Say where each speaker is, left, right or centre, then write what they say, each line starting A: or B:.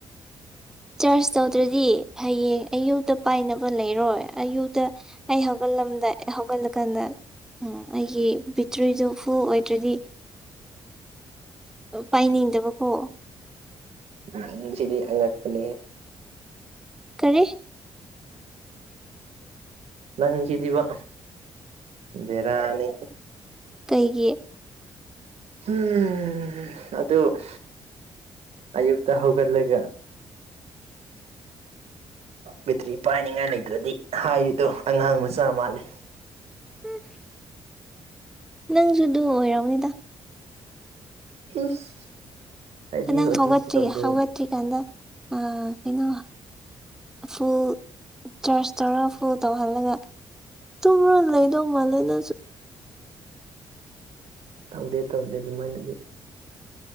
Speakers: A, in the centre; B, on the right.
A: ꯆꯔꯆ ꯇꯧꯗ꯭ꯔꯗꯤ ꯍꯌꯦꯡ ꯑꯌꯨꯛꯇ ꯄꯥꯏꯅꯕ ꯂꯩꯔꯣꯏ ꯑꯌꯨꯛꯇ ꯑꯩ ꯍꯧꯒꯠꯂꯝꯗꯥ ꯍꯧꯒꯠꯂꯀꯥꯟꯗ ꯎꯝ ꯑꯩꯒꯤ ꯕꯦꯇ꯭ꯔꯤꯗꯨ ꯐꯨꯜ ꯑꯣꯏꯗ꯭ꯔꯗꯤ ꯄꯥꯏꯅꯤꯡꯗꯕꯀꯣ
B: ꯅꯪ ꯁꯤꯗꯤ ꯑꯉꯛꯄꯅꯦ
A: ꯀꯔꯤ
B: ꯅꯪ ꯀꯗꯕ ꯕꯤꯔꯥꯅꯤ
A: ꯀꯩꯒꯤ
B: ꯎꯝ ꯑꯗꯨꯗ ꯑ ꯌꯨꯛꯇ ꯍꯧꯒꯜꯂꯒ ꯕꯦꯇ꯭ꯔꯤ ꯄꯥꯏꯅꯤꯡꯉꯥꯏ ꯂꯩꯇ꯭ꯔꯗꯤ ꯍꯥꯏꯔꯤꯗꯣ ꯑꯉꯥꯡ ꯃꯆꯥ ꯃꯥꯜꯂꯦ
A: ꯎꯝ ꯅꯪꯁꯨ ꯑꯗꯨ ꯑꯣꯏꯔꯕꯅꯤꯗ
B: ꯏꯁ ꯑꯩꯗꯤ
A: ꯅꯪ
B: ꯑꯗꯨꯃꯥꯏꯅ
A: ꯍꯧꯒꯠꯇ꯭ꯔꯤ
B: ꯇꯧꯗꯦ
A: ꯍꯧꯒꯠꯇ꯭ꯔꯤ ꯑꯗ ꯑ ꯀꯩꯅꯣ ꯐꯨꯜ ꯆꯔꯆ ꯇꯧꯔ ꯐꯨꯜ ꯇꯧꯍꯜꯂꯒ ꯇꯨꯝꯔ ꯂꯩꯗꯧ ꯃꯥꯜꯂꯦ ꯅꯁꯨ
B: ꯇꯧꯗꯦ ꯇꯧꯗꯦ ꯑꯗꯨꯃꯥꯏꯅꯗꯤ